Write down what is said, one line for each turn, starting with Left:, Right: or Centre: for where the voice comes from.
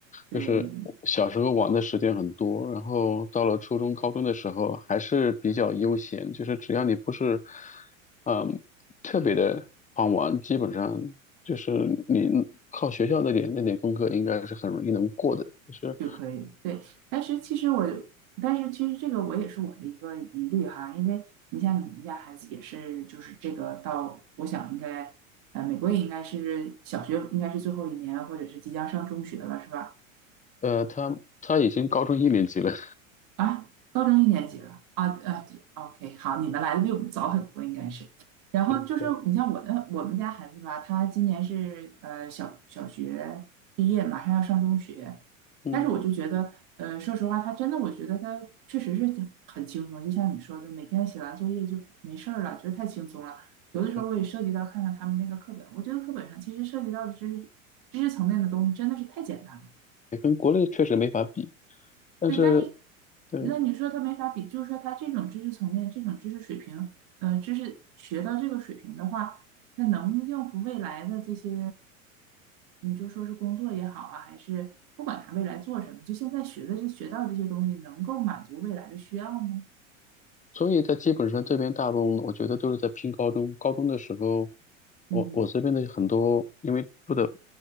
Right: 对，
Left: 就是我小时候玩的时间很多，然后到了初中、高中的时候还是比较悠闲，就是只要你不是嗯特别的狂玩，基本上就是你靠学校那点那点功课应该是很容易能过的，就是。
Right: 就可以，对。但是其实我，但是其实这个我也是我的一个疑虑哈，因为你像你们家孩子也是，就是这个到，我想应该，呃，美国也应该是小学应该是最后一年，或者是即将上中学了，是吧？
Left: 呃，他他已经高中一年级了，
Right: 啊，高中一年级了啊啊对，OK，好，你们来的比我们早很多，应该是。然后就是你像我的我们家孩子吧，
Left: <laughs>
Right: 他今年是呃小小学毕业，马上要上中学，
Left: 嗯，
Right: 但是我就觉得，呃，说实话，他真的，我觉得他确实是挺很轻松，就像你说的，每天写完作业就没事儿了，觉得太轻松了。有的时候我也涉及到看看他们那个课本，
Left: 嗯，
Right: 我觉得课本上其实涉及到的知识知识层面的东西真的是太简单了。
Left: 跟国内确实没法比，但是
Right: 对，但是
Left: 对，
Right: 那你说他没法比，就是说他这种知识层面、这种知识水平，嗯、知识学到这个水平的话，那能应付未来的这些，你就说是工作也好啊，还是不管他未来做什么，就现在学的这学到这些东西，能够满足未来的需要吗？
Left: 所以在基本上这边大部分我觉得都是在拼高中。高中的时候，我我这边的很多，
Right: 嗯
Left: 因为住的